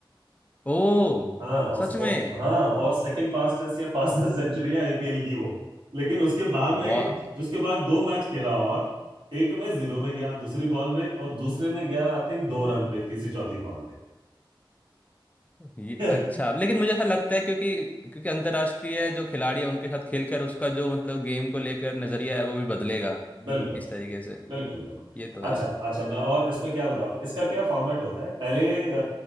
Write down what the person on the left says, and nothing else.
ओ
सच
में
वाह
ये
अच्छा लेकिन मुझे ऐसा लगता है क्योंकि क्योंकि अंतर्राष्ट्रीय जो खिलाड़ी है उनके साथ खेलकर उसका जो मतलब गेम को लेकर नजरिया है वो भी बदलेगा
इस तरीके से
ये तो है